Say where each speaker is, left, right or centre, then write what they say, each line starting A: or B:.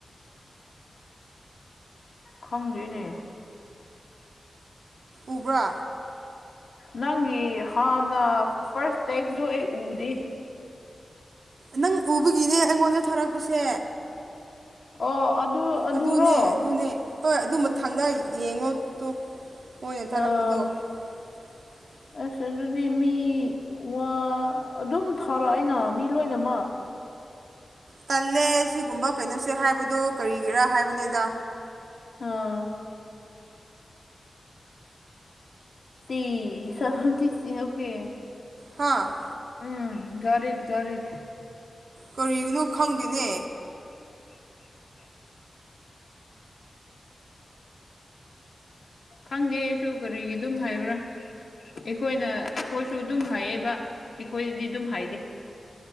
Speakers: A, on the left; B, on the right.
A: ꯈꯪꯗꯦꯅꯦ
B: ꯎꯕ꯭ꯔꯥ
A: ꯅꯪꯒꯤ ꯍꯥꯟꯅ ꯐꯥꯔ꯭ꯁ ꯇꯦꯛꯁꯗꯣ ꯑꯩ ꯎꯗꯦ
B: ꯅꯪ ꯎꯕꯒꯤꯅꯦ ꯑꯩꯉꯣꯟꯗ ꯊꯥꯔꯛꯄꯁꯦ
A: ꯑꯣ ꯑꯗꯨ ꯑꯗꯨꯔꯣ
B: ꯑꯗꯨꯅꯦ ꯑꯗꯨꯅꯦ ꯍꯣꯏ ꯑꯗꯨꯝ ꯃꯊꯪꯅ ꯌꯦꯡꯉꯣ ꯇꯨ ꯃꯣꯏꯅ ꯊꯥꯔꯛꯄꯗꯣ
A: ꯑ
B: <inaudible>
A: ꯑꯁ ꯑꯗꯨꯗꯤ ꯃꯤ ꯋꯥ ꯑꯗꯨꯝ ꯊꯥꯔꯛꯏꯅ ꯃꯤ ꯂꯣꯏꯅꯃꯛ
B: ꯇꯜꯂꯦ ꯁꯤꯒꯨꯝꯕ ꯀꯩꯅꯣꯁꯦ ꯍꯥꯏꯕꯗꯣ ꯀꯔꯤꯒꯤꯔꯥ ꯍꯥꯏꯕꯅꯤꯗ
A: ꯑ ꯇꯤꯁ ꯇꯤꯁꯤ ꯑꯣꯈꯦ
B: ꯍꯥꯥ
A: ꯎꯝ ꯒꯥꯔꯤꯠ ꯒꯥꯔꯤꯠ
B: ꯀꯔꯤꯒꯤꯅꯣ ꯈꯪꯗꯦꯅꯦ
A: <inaudible> ꯈꯪꯗꯦ ꯑꯩꯁꯨ ꯀꯔꯤꯒꯤ ꯑꯗꯨꯝ ꯍꯥꯏꯕ꯭ꯔꯥ ꯑꯩꯈꯣꯏꯅ ꯑꯩꯈꯣꯏꯁꯨ ꯑꯗꯨꯝ ꯍꯥꯏꯌꯦꯕ ꯑꯩꯈꯣꯏꯗꯗꯤ ꯑꯗꯨꯝ ꯍꯥꯏꯗꯦ